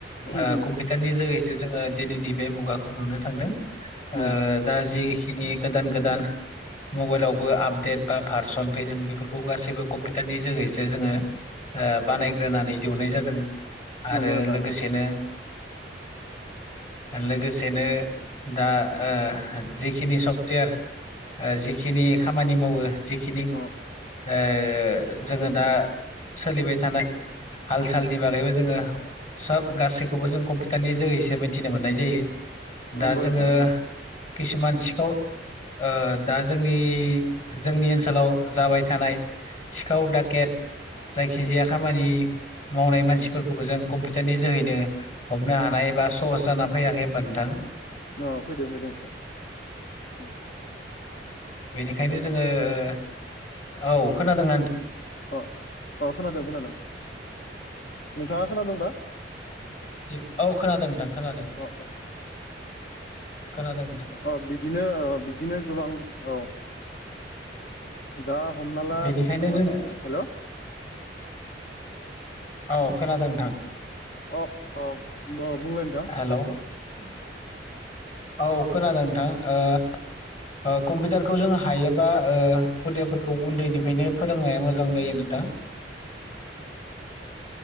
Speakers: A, on the left; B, on the left.
A: उम
B: ओ
A: उम
B: कम्पिउटारनि जोहैसो जोङो दिनैनि बे मुगाखौ नुनो थांदों । ओ
A: उम
B: दा जिखिनि गोदान गोदान मबाइलावबो आपडेट बा भारसन फैदों बेफोरखौ गासैबो कम्पिउटारनि जोहैसो जोङो ओ बानायग्रोनानै
A: उम
B: दिहुननाय जादों आरो
A: नंगौ नोंथां
B: लोगोसेनो
A: उम <unintelligible>
B: लोगोसेनो दा ओ जिखिनि सफ्टवेर ओ जिखिनि खामानि मावो जिखिनि
A: उम
B: ओ जोङो दा सोलिबाय थानाय हाल सालनि
A: उम
B: बागैबो जोङो सब गासैखौबो जों कम्पिउटारनि जोहैसो मिथिनो मोननाय जायो । दा
A: नंगौ
B: जोङो
A: नोंथां उम
B: खिसुमानसिखौ ओ दा जोंनि जोंनि ओनसोलाव जाबाय थानाय सिखाव दाखेट जायखिजाया
A: उम
B: खामानि मावनाय मानसिफोरखौबो
A: उम
B: जों कम्पिउटारनि जोहैनो हमनो हानाय एबा सहस जाना फैयाखै होमबा नोंथां?
A: अ फैदों फैदों नोंथां ।
B: बेनिखायनो जोङो ओ औ खोनादोंना नोंथ
A: अ अ खोनादों खोनादों नोंथाङा खोनादोंबा?
B: जि औ खोनादों नोंथां खोनादों खोनादों
A: अ
B: खोनादों ।
A: ओ बिदिनो ओ बिदिनो गोबां औ । दा हमनाला
B: बेनिखायनो
A: ओ
B: जोङो
A: हेल
B: औ खोनादों नोंथां ।
A: अ अ औ बुंलाय नोंथां ।
B: हेल' <unintelligible> औ खोनादों नोंथां ओ ओ कम्पिउटारखौ जोङो हायोबा ओ खुदियाफोरखौ उन्दैनिफ्रायनो फोरोंनाया मोजां जायो नोंथां। हा।
A: <inaudible>